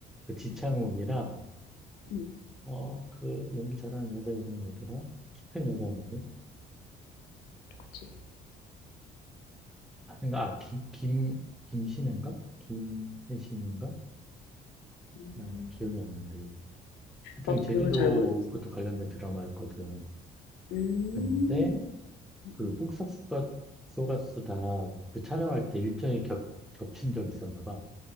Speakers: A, in the centre; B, on the left (about 80°).
A: 그 지창욱이랑
B: 응, 응,
A: 어, 그 연기 잘하는 여자 이름이 뭐더라? 키 큰 여자인데
B: 그치.
A: 아, 그러 아, 김, 김, 김신인가? 김혜신인가?
B: 음.
A: 아, 기억이 안 난다, 이름. 하여튼
B: 나도
A: 제주도
B: 배우는 잘 모르겠어.
A: 그것도 관련된 드라마였거든.
B: 음.
A: 근데
B: 음음.
A: 그 폭싹소가 쏘가수다 그 촬영할 때 일정이 겹, 겹친 적이 있었나 봐.